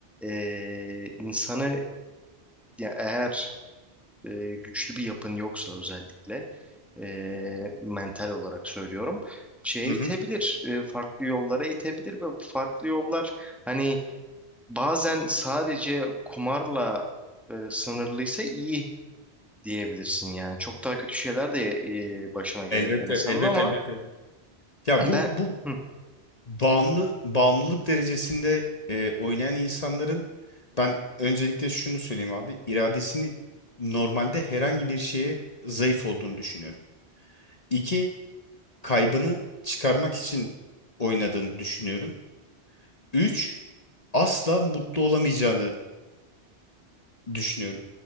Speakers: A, in the centre; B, on the left.
A: e, insanı ya eğer e, güçlü bir yapın yoksa özellikle e, mental olarak söylüyorum şeye
B: Hı
A: itebilir,
B: hı.
A: e, farklı yollara itebilir ve bu farklı yollar hani bazen sadece kumarla e, sınırlıysa iyi diyebilirsin yani. Çok daha kötü şeyler de e, başına gelebilir
B: Elbette,
A: insanın
B: elbette,
A: ama
B: elbette, elbette. Ya bu
A: ben
B: bu
A: Hı.
B: bağımlı bağımlılık derecesinde e, oynayan insanların ben öncelikle şunu söyleyeyim abi iradesini normalde herhangi bir şeye zayıf olduğunu düşünüyorum. İki, kaybını çıkarmak için oynadığını düşünüyorum. Üç, asla mutlu olamayacağını düşünüyorum.